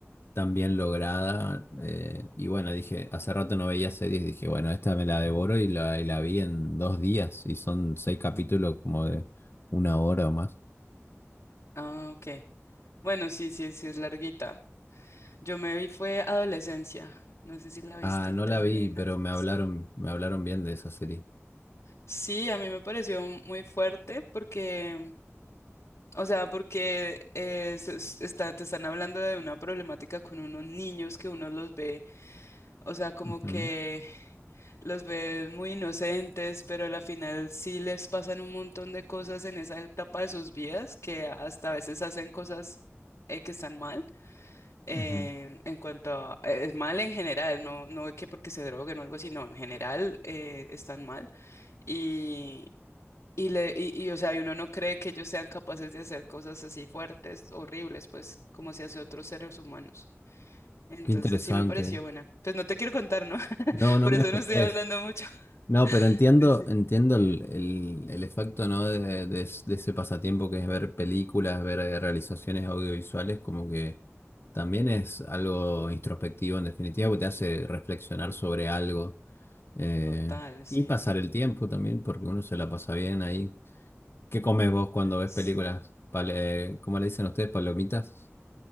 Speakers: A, on the left (about 50°); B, on the left (about 75°).
A: tan bien lograda. Eh, y bueno, dije, hace rato no veía series, dije, bueno, esta me la devoro y la, y la vi en dos días. Y son seis capítulos como de una hora o más.
B: Ah, ok. Bueno, sí, sí, sí es larguita. Yo me vi fue Adolescencia, no sé si la viste,
A: Ah, no
B: también
A: la vi,
B: hay en
A: pero
B: Netflix.
A: me hablaron, me hablaron bien de esa serie.
B: Sí, a mí me pareció muy fuerte porque, o sea, porque eh, se- s- está, te están hablando de una problemática con unos niños que uno los ve, o sea, como
A: Ujú,
B: que los ve muy inocentes, pero al final sí les pasan un montón de cosas en esa etapa de sus vidas que hasta a veces hacen cosas eh, que están mal. eh,
A: ujú.
B: en cuanto a, eh, es mal en general, no, no es que porque se droguen o algo así, no, en general eh, están mal y, y, le, y, y, o sea, y uno no cree que ellos sean capaces de hacer cosas así fuertes, horribles, pues como se hace a otros seres humanos. Entonces
A: Qué interesante.
B: sí me pareció buena. Pues no te quiero contar, ¿no? <laughs>
A: No, no
B: Por
A: me
B: eso
A: spoilees.
B: no estoy hablando mucho. <laughs>
A: No, pero entiendo,
B: Sí, sí.
A: entiendo el, el, el efecto, ¿no? de, de es- de ese pasatiempo que es ver películas, ver eh, realizaciones audiovisuales, como que también es algo introspectivo en definitiva, porque te hace reflexionar sobre algo eh,
B: Total, sí.
A: y pasar el tiempo también, porque uno se la pasa bien ahí. ¿Qué comes vos cuando ves
B: Sí.
A: películas? Pal- eh, ¿cómo le dicen ustedes? ¿Palomitas?